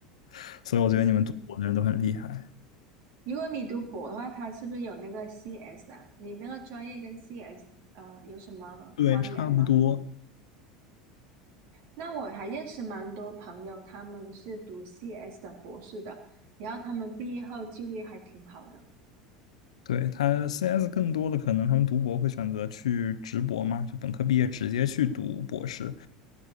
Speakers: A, on the left; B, on the right.
A: <laughs> 所以我觉得你们读博的人都很厉害。
B: 嗯，如果你读博的话，它是不是有那个 CS 啊？你那个专业跟 CS 呃有什么关联吗？
A: 对，差不多。
B: 那我还认识蛮多朋友，他们是读 CS 的博士的，然后他们毕业后就业还挺好的。
A: 对，他 CS 更多的可能他们读博会选择去直博嘛，就本科毕业直接去读博士。